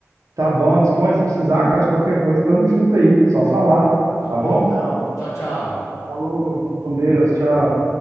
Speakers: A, on the right; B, on the left.
A: tá bom, dispõe, se precisar, cara, de qualquer coisa, tamo junto aí, só falar,
B: Falou
A: tá bom?
B: então. Tchau, tchau.
A: Falou, com Deus, tchau.